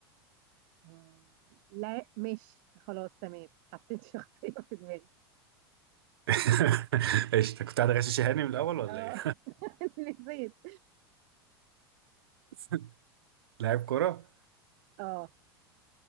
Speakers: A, on the right; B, on the right.
A: آه، لا ماشي خلاص تمام حطيت <laughs> شخصيه في دماغي
B: <laughs> ايش انت كنت قاعد غشش هاني من الاول ولا
A: اه
B: ايه
A: <laughs> نسيت
B: <laughs> لاعب كرة
A: اه